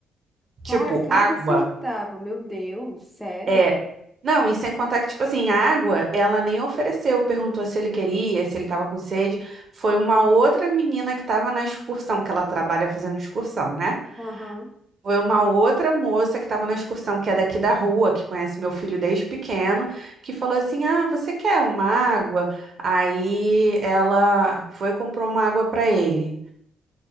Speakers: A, on the right; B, in the centre.
A: Tipo,
B: Cara, cada
A: água.
B: centavo, meu Deus, sério?
A: É. Não, e sem contar que, tipo assim, a água, ela nem ofereceu, perguntou se ele queria, se ele tava com sede. Foi uma outra menina que tava na excursão, que ela trabalha fazendo excursão, né?
B: Aham,
A: Foi uma outra moça que tava na excursão, que é daqui da rua, que conhece meu filho desde pequeno, que falou assim: Ah, você quer uma água? Aí ela foi e comprou uma água pra ele.